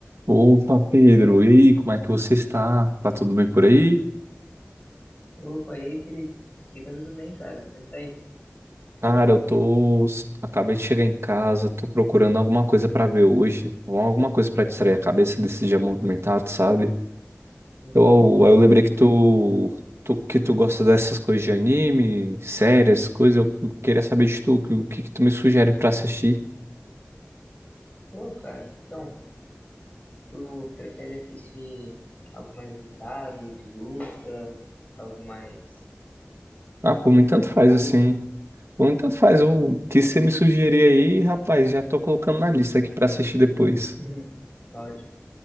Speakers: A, on the right; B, on the left.
A: Opa, Pedro, e aí, como é que você está? Tá tudo bem por aí?
B: Opa, e aí, Felipe? Aqui tá tudo bem, cara? Como é que tá aí?
A: Cara, eu tô. Acabei de chegar em casa, tô procurando alguma coisa pra ver hoje, alguma coisa pra distrair a cabeça desse dia movimentado, sabe?
B: Uhum,
A: Eu,
B: perfeitamente.
A: eu lembrei que tu, tu- que tu gosta dessas coisas de anime, séries, coisas. Eu eu queria saber de tu, que- o que que tu me sugere pra assistir?
B: Pô, cara, então, tu prefere assistir algo mais agitado, de luta, algo mais
A: Ah, por mim tanto
B: adulto?
A: faz assim. Por mim tanto faz o que você me sugerir aí, rapaz, já tô colocando na lista aqui pra assistir depois.
B: <laughs> Ótimo.